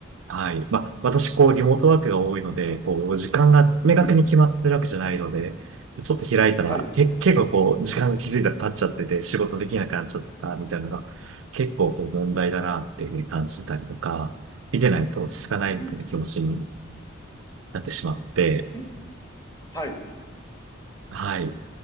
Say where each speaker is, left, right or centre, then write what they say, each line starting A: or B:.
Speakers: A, on the right; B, on the left.
A: はい。まあ、私、こう、リモートワークが多いので、こう、時間が明確に決まってるわけじゃないので、
B: うん、
A: ちょっと開いたら、
B: はい。
A: け、結構こう、時間が気づいたら経っちゃってて、仕事できなくなっちゃったみたいなのが、結構こう、問題だなっていうふうに感じてたりとか、見てないと落ち着かないみたいな気持ちに
B: うん、
A: なってしまって、
B: うん、はい。
A: はい。